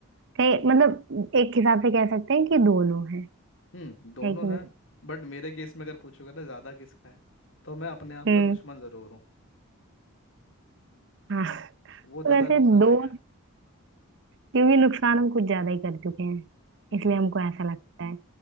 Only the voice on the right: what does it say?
कहीं मतलब एक हिसाब से कह सकते हैं कि दोनों हैं
है कि नहीं
हम्म
हाँ
<laughs>
तो वैसे
दोस्त
क्योंकि नुकसान हम कुछ ज्यादा ही कर चुके हैं
इसलिए हमको ऐसा लगता है